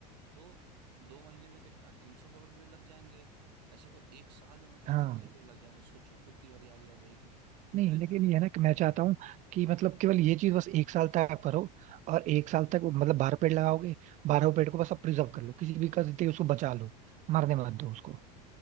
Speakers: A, on the right; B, on the right.
A: तो दो महीने में कितना 300 करोड़ पेड़ लग जाएंगे ऐसे तो एक साल में मतलब
B: हाँ
A: कितने पेड़ लग जाएंगे सोचो कितनी हरियाली आ जाएगी
B: नहीं
A: इवन
B: लेकिन ये है ना कि मैं चाहता हूँ कि मतलब केवल ये चीज बस एक साल तक करो और एक साल तक वो मतलब बारह पेड़ लगाओगे बारह पेड़ को बस आप प्रिजर्व कर लो किसी भी करते उसको बचा लो मरने मत दो उसको